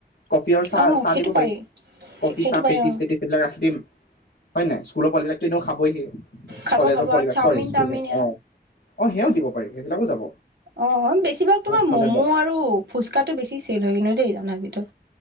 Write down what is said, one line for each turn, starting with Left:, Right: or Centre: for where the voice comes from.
Left: কফি আৰু চাহ
Right: অ
Left: চাহ
Right: সেইটো
Left: দিব
Right: পাৰি
Left: পাৰিম, কফি
Right: সেইটো
Left: চাহ
Right: পাৰি
Left: পেটিচ
Right: অ
Left: চেটিচ এইবিলাক ৰাখি দিম হয় নাই স্কুলৰ পোৱালিবিলাক এনেও খাবই হি
Right: খাব
Left: কলেজৰ
Right: খাব
Left: পোৱালি
Right: আৰু
Left: বিলাক
Right: চাওমিন
Left: চৰি স্কুলহে
Right: তাওমিন এয়া
Left: অ অ সেয়াও দিব পাৰিম সেইবিলাকো যাব
Right: অহ', বেছিভাগ তোমাৰ
Left: অ ঠাণ্ডা
Right: ম'ম'
Left: দিনত
Right: আৰু ফুচকাটো বেছি চেল হৈ কিন্তু দেই, <unintelligible> ভিতৰত